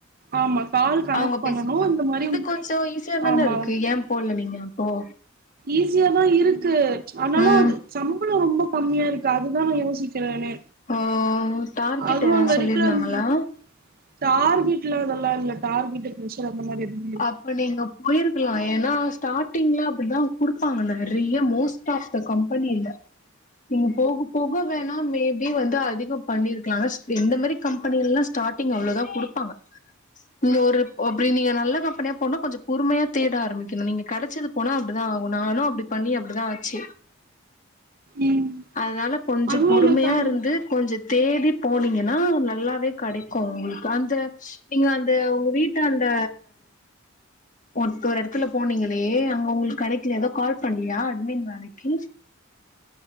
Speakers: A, on the right; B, on the left.
A: ஆமா கால் கனெக்ட்
B: அவங்க
A: பண்ணனு
B: பேசிப்பாங்க
A: இந்த மாரி
B: இது கொஞ்சோ ஈஸியாதான
A: ஆமா
B: இருக்கு ஏ போல நீங்க ஓ
A: ஈஸியாதா இருக்கு ஆனாலு
B: ம்
A: அது சம் பளோ ரொம்ப கம்மியா இருக்கு அதுதா நா யோசிக்கிறனே
B: ஓ டார்கெட்
A: அதுவு
B: எதாவது
A: அங்க
B: சொல்லிருந்தாங்களா
A: இருக்குற அந்த டார்கெட்லா அதெல்லா இல்ல டார்கெட்டு பிரஷர் அந்த மாரி எதுவு
B: அப்ப நீங்க பொயிருக்கலா ஏனா டாட்டிங்ல அப்டிதா குடுப்பாங்க நெறைய மோஸ்ட் ஆஃப் த கம்பெனில நீங்க போக போக வேணா மேபி வந்து அதிகோ பண்ணிருக்லா ஆனாஸ் இந்த மாரி கம்பெனிலலா ஸ்டார்ட் டிங் அவ்ளோதா குடுப்பாங்க நீங்க ஒரு ஒ அப்டி நீங்க நல்லா கம்பெனியா போணுனா கொஞ்சோ பொறுமையா தேட ஆரம்பிக்கணு நீங்க கெடச்சது போனா அப்டிதா ஆகு நானு அப்டி பண்ணி அப்டிதா ஆச்சி
A: ம்
B: அதுனால கொஞ்சோ
A: அதுவு
B: பொறுமையா
A: எனக்கு அங்
B: இருந்து கொஞ்சோ தேடி போனீங்கனா நல்லாவே கெடைக்கு உங்களுக்கு அந்த நீங்க அந்த உங்க வீட்டாண்ட ஒருத் ஒரு எடத்துல போனீங்களே அங்க உங்களுக் கெடைக்லியா ஏதோ கால் பண்லியா அட்மின் வேலைக்கி